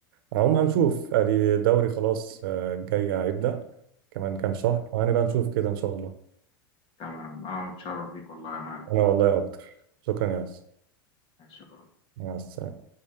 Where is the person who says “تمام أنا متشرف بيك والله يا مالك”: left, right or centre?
Left